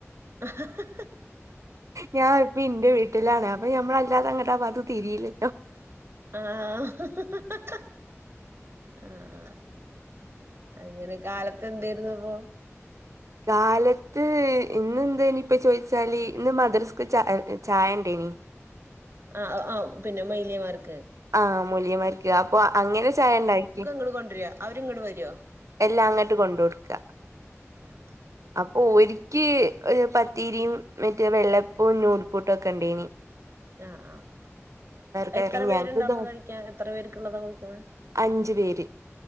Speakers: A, on the right (about 50°); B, on the right (about 85°).
A: അഹ്
B: ഞാൻ ഇപ്പ എന്റെ വീട്ടിലാണ് അപ്പൊ ഞമ്മള അല്ലാതെ അങ്ങോട്ടാ അത് തിരിയില്
A: ആഹ ഹ ഹ ആഹ അങ്ങനെ കാലത്ത് എന്തായിരുന്നു അപ്പൊ
B: കാലത്ത് ഇന്ന് എന്തായിരുന്നു ഇപ്പ ചോദിച്ചാല് ഇന്ന് മദ്രസ്ക്ക് ചായ ചായ ഉണ്ടേനി
A: ആ ആ പിന്നെ മയിലിയമാർക്ക്
B: ആ മ മുലിമയ്ക്കു അപ്പൊ അങ്ങനെ ചായ ഉണ്ടാക്കി
A: കൊണ്ടുവരുക അവരിങ്ങട് വരുവോ
B: എല്ല അങ്ങോട്ട് കൊണ്ട് കൊടുക്ക
A: <inaudible>
B: അപ്പൊ ഒരിക്ക ഒരു പത്തിരിയും മറ്റേ വെള്ളപ്പവും നൂൽ പൂട്ടും ഒക്കെ ഉണ്ടായിന്
A: ആഹ് ആഹ
B: കറി
A: എത്ര പേരുണ്ടായിന്ന്
B: ഞങ്ങക്ക് ദോ
A: കഴിക്കാ എത്ര പേർക്കുള്ളതാ കൊടുക്കണ
B: അഞ്ചു പേര്